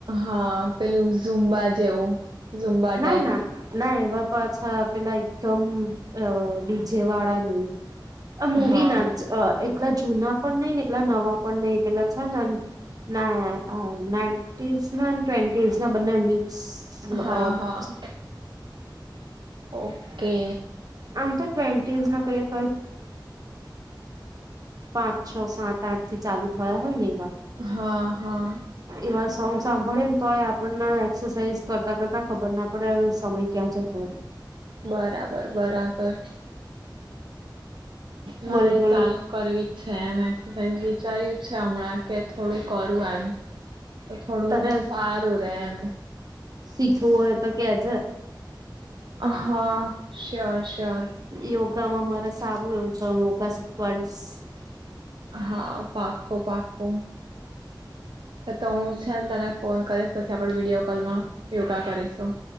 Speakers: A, on the right; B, on the right.
A: હા પેલું ઝુંમ્બા જેવું. ઝુંબા
B: ના
A: ટાઈપ
B: ના ના પાછા પેલા એકદમ અ ડીજે વાળા <unintelligible> આ મુવી
A: હા
B: ના જ એટલા જ જૂના પણ નહ ને એટલા નવા પણ નહિ પેલા છે ને એ નાસ ના ટ્વેન્ટીસ ના બનેની હ.
A: હા હા ઓકે
B: આમ તો ટ્વેન્ટીન્માં <unintelligible> બે હજાર પાંચ છ સાત આઠ થી ચાલુ થયા હોય ને
A: હા હા
B: એવા સોન્ગ સા <unintelligible> એ આપણને એક્સરસાઇઝ કરતા કરતા ખબર ના પડે સમય ક્યાં જતો.
A: બરાબર બરાબર બરાબર મારે
B: બોલ બોલ
A: ચાલુ કરવી જ છે, અમે એક્સાઝ વિચાર્યું છે, હમણાં કે થોડું કરું એમ તો થોડું
B: તારે
A: સારું <unintelligible> એમ.
B: શીખવું હોય તો કેજ
A: હા શ્યોર શ્યોર
B: યોગામાં મારે સારું એવું <unintelligible>
A: હા પાકો પાકો તો હું છે તને ફોન કરીશ પછી આપડ <unintelligible> કોલમાં યોગા કરીશું.